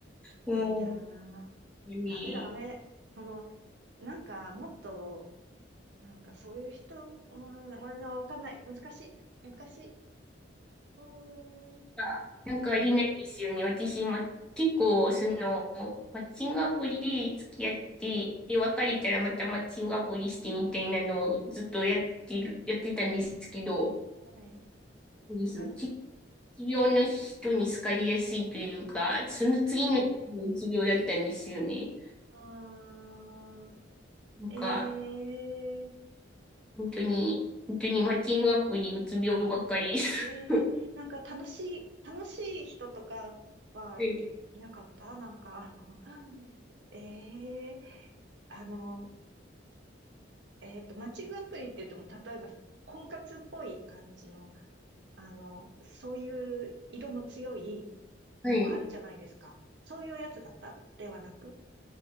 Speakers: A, on the right; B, in the centre.
A: きついなー。
B: うん。ね
A: ダメダメ。その、なんか、もっと、なんか、そういう人、うん、まあ、わかんない。難しい。難しい。うーん。
B: かなんかありないですよね。
A: うん。
B: 私、ま、結構、その、マッチングアプリで付き合って、
A: うん
B: で、別れたらまたマッチングアプリしてみたいなのをずっとやってる、やってたんですけど、
A: はい。
B: です。
A: うん。
B: きうつ病の人に好かれやすいというか、その次の人もうつ病だったんですよね。
A: あ
B: なんか、
A: あ、ええ
B: 本当に、本当にマッチングアプリうつ病ばっかり。<laughs>
A: ええなんか楽しい、楽しい人とかはい、
B: はい。
A: いなかったなんかあの、ええあの、えっと、マッチングアプリって言っても、例えば、婚活っぽい感じの、あの、そういう色の強い
B: はい。
A: のもあるじゃないですか。そういうやつだったではなく、